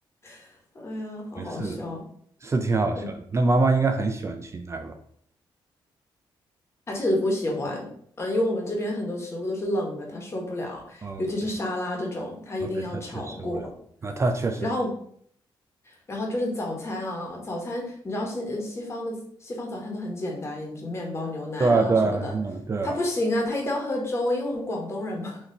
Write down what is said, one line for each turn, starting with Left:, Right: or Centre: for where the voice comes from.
Left: <laughs> 哎呀，好好笑。
Right: 没事的，是挺好笑的。
Left: 对，
Right: 那妈妈应该很喜欢去那儿吧
Left: 他其实不喜欢，嗯，因为我们这边很多食物都是冷的，他受不了，
Right: ？OK
Left: 尤其是沙拉这种，他一定要炒过。
Right: OK，她确实无聊。啊，她确实
Left: 然后，然后就是早餐啊，早餐你知道西呃西方的西方早餐都很简单，面包、牛奶啊什么的。
Right: 对啊，对啊，嗯，对啊，
Left: 他不行啊，他一定要喝粥，因为我们广东人嘛，